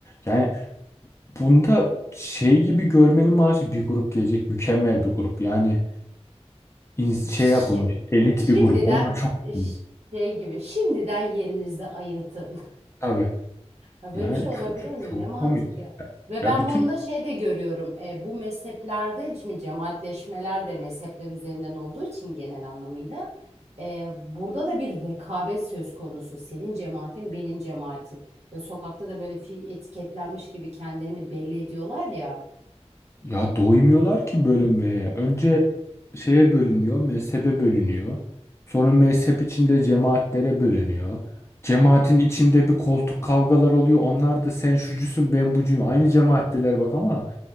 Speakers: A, on the left; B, on the right.
A: Yani Bunda şey gibi görmenin maaşı bir grup gelecek mükemmel bir grup. Yani ins-
B: Şi-
A: şey yapılmış elit
B: şimdiden
A: bir grup. Onlar çok
B: ş-
A: iyi.
B: şey gibi şimdiden yerinizi ayırtın. <laughs>
A: Tabii.
B: Ya böyle
A: Yani
B: bir şey olabilir
A: çok, çok,
B: mi?
A: çok
B: Ne mantık
A: komik.
B: ya. Ve
A: Ya
B: ben
A: bütün
B: bunu da şey de görüyorum. E, bu mezheplerde şimdi cemaatleşmeler de mezhepler üzerinden olduğu için genel anlamıyla e, burada da bir rekabet söz konusu. Senin cemaatin benim cemaatim. Ve sokakta da böyle fi- etiketlenmiş gibi kendilerini belli ediyorlar ya.
A: Ya doymuyorlar ki bölünmeye. Önce şeye bölünüyor, mezhebe bölünüyor. Sonra mezhep içinde cemaatlere bölünüyor. Cemaatin içinde bir koltuk kavgalar oluyor. Onlar da sen şucusun ben bucuyum. Aynı cemaatteler bak ama